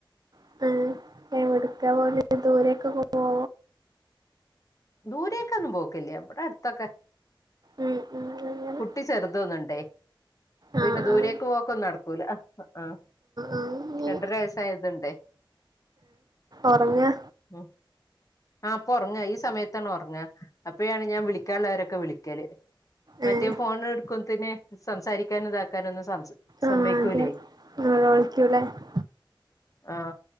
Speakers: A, on the right; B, on the left.
A: ആഹ് അടുത്ത പോണെ ദൂരൊക്കെ പോവോ
B: ദൂരൊക്ക ഒന്നും പോക്കില്ല ഇവടെ അടുത്തൊക്കെ
A: ഉം ഉം അങ്ങനെ
B: കുട്ടി ചെറുതൊന്ന്ണ്ടേ
A: ആഹ്
B: പിന്നെ ദൂരേക്ക് പോക്കൊന്നും നടക്കൂല ആഹ്
A: ആഹ് ആഹ്
B: രണ്ടര വയസായതുണ്ട്
A: ഒറങ്ങാ
B: മ് ആ് അപ്പ ഉറങ്ങാ ഈ സമയത്താണ് ഉറങ്ങുക അപ്പയാണ് ഞാൻ വിളിക്കാനുള്ളവരൊക്കെ വിളിക്കല് മറ്റേ
A: ഏഹ്
B: ഫോണ എടുക്കുമ്പത്തിന്സംസാരിക്കാന ഇതാക്കാന ഒന്നും സ സമ്മക്കൂല്ലേ
A: ആഹ് അതെ <unintelligible>
B: ആഹ്